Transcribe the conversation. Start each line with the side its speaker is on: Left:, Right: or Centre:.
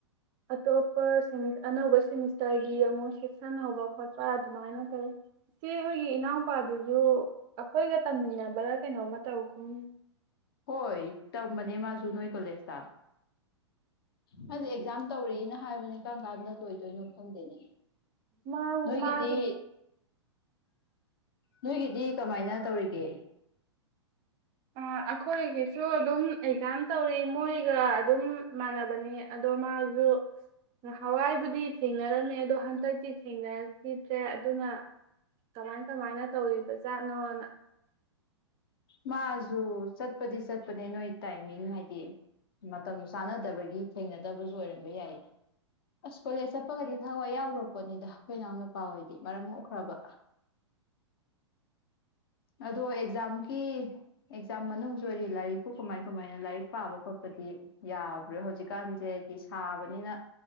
Right: ꯑꯇꯣꯞꯄ ꯁꯦꯃꯤꯁ ꯑꯅꯧꯕ ꯁꯦꯃꯤꯁꯇꯔꯒꯤ ꯑꯃꯨꯛ ꯁꯦꯛꯁꯟ ꯍꯧꯕ ꯈꯣꯠꯄ ꯑꯗꯨꯃꯥꯏꯅꯃꯨꯛ ꯇꯧꯏ꯫ ꯏꯆꯦ ꯍꯣꯏꯒꯤ ꯏꯅꯥꯎꯄꯥꯗꯨꯁꯨ ꯑꯩꯈꯣꯏꯒ ꯇꯝꯃꯤꯟ ꯅꯕꯥꯔꯥ ꯀꯩꯅꯣꯝꯃ ꯇꯧꯒꯨꯝ
Left: ꯍꯣꯏ ꯇꯝꯕꯅꯦ ꯃꯥꯁꯨ ꯅꯣꯏ ꯀꯣꯂꯦꯁ ꯇꯥ ꯈꯪꯗꯦ ꯑꯦꯛꯖꯥꯝ ꯇꯧꯔꯤꯅ ꯍꯥꯏꯕꯅꯤ ꯀꯔꯝ ꯀꯥꯟꯗ ꯂꯣꯏꯗꯣꯏꯅꯣ ꯈꯪꯗꯦꯅꯦ꯫
Right: ꯃꯥ
Left: ꯅꯣꯏꯒꯤꯗꯤ
Right: ꯃꯥꯁꯨ
Left: ꯅꯣꯏꯒꯤꯗꯤ ꯀꯃꯥꯏꯅ ꯇꯧꯔꯤꯒꯦ?
Right: ꯑꯥ ꯑꯩꯈꯣꯏꯒꯤꯁꯨ ꯑꯗꯨꯝ ꯑꯦꯛꯖꯥꯝ ꯇꯧꯔꯤ ꯃꯣꯏꯒ ꯑꯗꯨꯝ ꯃꯥꯟꯅꯕꯅꯤ ꯑꯗꯣ ꯃꯥꯖꯨ ꯅꯥꯍꯋꯥꯏꯕꯨꯗꯤ ꯊꯦꯡꯅꯔꯝꯃꯦ ꯑꯗꯣ ꯍꯟꯗꯛꯇꯤ ꯊꯦꯡꯅꯈꯤꯗ꯭ꯔꯦ ꯑꯗꯨꯅ ꯀꯃꯥꯏ ꯀꯃꯥꯏꯅ ꯇꯧꯔꯤꯕꯖꯥꯠꯅꯣꯅ꯫
Left: ꯃꯥꯖꯨ ꯆꯠꯄꯗꯤ ꯆꯠꯄꯅꯦ ꯅꯣꯏ ꯇꯥꯏꯃꯤꯡ ꯍꯥꯏꯗꯤ ꯃꯇꯝ ꯆꯥꯅꯗꯕꯒꯤ ꯊꯦꯡꯅꯗꯕꯁꯨ ꯑꯣꯏꯔꯝꯕ ꯌꯥꯏꯌꯦ꯫ ꯑꯁ ꯀꯣꯂꯦꯖ ꯆꯠꯄꯒꯗꯤ ꯊꯋꯥꯏ ꯌꯥꯎꯈ꯭ꯔꯄꯣꯠꯅꯤꯗ ꯑꯩꯈꯣꯏ ꯏꯅꯥꯎ ꯅꯨꯄꯥ ꯍꯣꯏꯗꯤ ꯃꯔꯝ ꯃꯣꯛꯈꯔꯥꯕꯥ꯫ ꯑꯗꯣ ꯑꯦꯛꯖꯥꯝ ꯏ ꯑꯦꯛꯖꯥꯝ ꯃꯅꯨꯡꯖꯨ ꯑꯣꯏꯔꯤ ꯂꯥꯏꯔꯤꯛꯄꯨ ꯀꯃꯥꯏ ꯀꯃꯥꯏꯅ ꯂꯥꯏꯔꯤꯛ ꯄꯥꯕꯔꯣ ꯈꯣꯠ ꯈꯣꯠꯄꯗꯤ ꯌꯥꯕꯔꯥ ꯍꯧꯖꯤꯛꯀꯥꯟꯁꯦ ꯍꯥꯏꯗꯤ ꯁꯥꯕꯅꯤꯅ